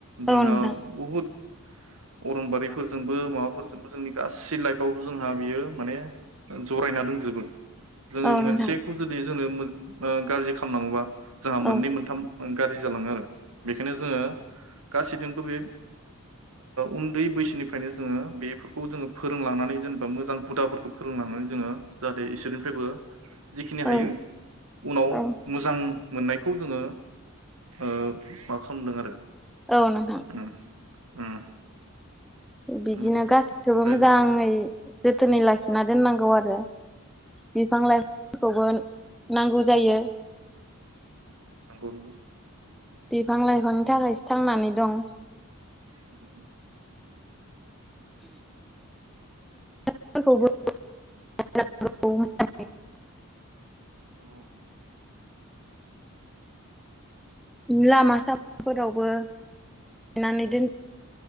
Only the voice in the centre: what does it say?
औ नोंथां
औ
नोंथां
औ
औ
औ
औ नोंथां बिदिनो
गासैखौबो
मोजाङै जोथोनै लाखिना दोननांगौ आरो बिफां लाइफां खौबो नांगौ जायो
बिफां लाइफांनि थाखायसो थांनानै दं
<unintelligible> <unintelligible>
लामा सामाफोरावबो गायनानै
दोन